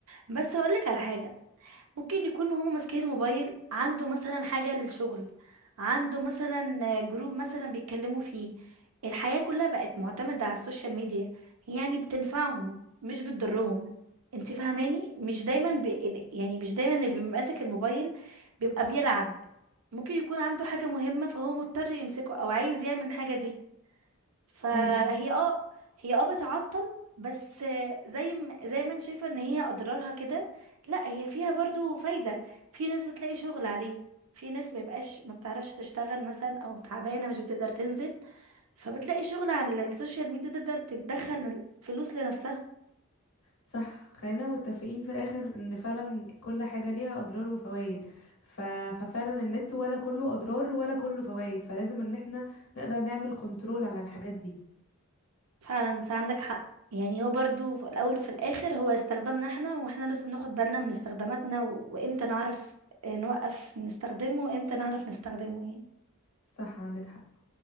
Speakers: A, on the right (about 80°); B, on the left (about 65°).
A: بس هقولك على حاجه ممكن يكونوا هما ماسكين الموبايل عنده مثلا حاجة للشغل عنده مثلا جروب مثلا بيتكلموا فيه الحياة كلها بقت معتمدة على السوشيال ميديا يعني بتنفعهم مش بتضرهم انت فاهماني مش دايما بي... يعني مش دايما اللي بيبقى ماسك الموبايل بيبقى بيلعب ممكن يكون عنده حاجة مهمة فهو مضطر يمسكه او عايز يعمل حاجة دي فهي
B: ايوه
A: اه هي اه بتعطل بس زي ما زي ما انت شايفه ان هي اضرارها كده لا هي فيها برضو فايده في ناس بتلاقي شغل عليه في ناس ما بيبقاش ما بتعرفش تشتغل مثلا او تعبانه مش بتقدر تنزل فبتلاقي شغل على السوشيال ميديا تقدر تدخل فلوس لنفسها
B: صح خلينا متفقين في الاخر ان فعلا كل حاجة ليها اضرار وفوائد ف... ففعلا النت ولا كله اضرار ولا كله فوائد فلازم ان احنا نقدر نعمل كنترول على الحاجات دي
A: فعلا انت عندك حق يعني هو برضو في الاول وفي الاخر هو استخدامنا احنا واحنا لازم ناخد بالنا من استخداماتنا و- وامتى نعرف آه، نوقف نستخدمه وامتى نعرف نستخدمه يعني
B: صح عندك حق